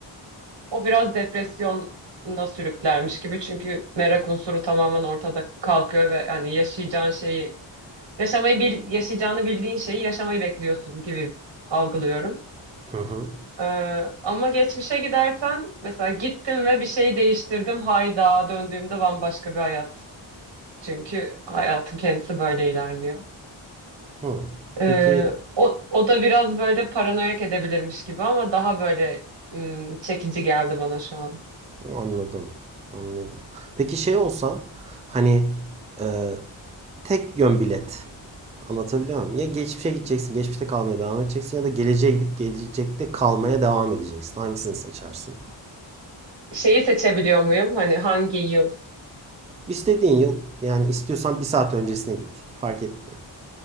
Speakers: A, on the right; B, on the right.
A: o biraz depresyona sürüklermiş gibi. Çünkü merak unsuru tamamen ortada kalkıyor ve hani yaşayacağın şeyi yaşamayı bil, yaşayacağını bildiğin şeyi yaşamayı bekliyorsun gibi algılıyorum.
B: Hı hı.
A: Ee, ama geçmişe gidersen mesela gittim ve bir şey değiştirdim. Hayda döndüğümde bambaşka bir hayat. Çünkü hayatın kendisi böyle ilerliyor.
B: Hı.
A: Ee,
B: Peki
A: o, o da biraz böyle paranoyak edebilirmiş gibi ama daha böyle ım, çekici geldi bana şu an.
B: Anladım. Anladım. Peki şey olsa hani e, tek yön bilet. Anlatabiliyor muyum? Ya geçmişe gideceksin, geçmişte kalmaya devam edeceksin ya da geleceğe gidip gelecekte kalmaya devam edeceksin. Hangisini seçersin?
A: Şeyi seçebiliyor muyum? Hani hangi yıl?
B: İstediğin yıl yani istiyorsan bir saat öncesine git. Fark etmiyor.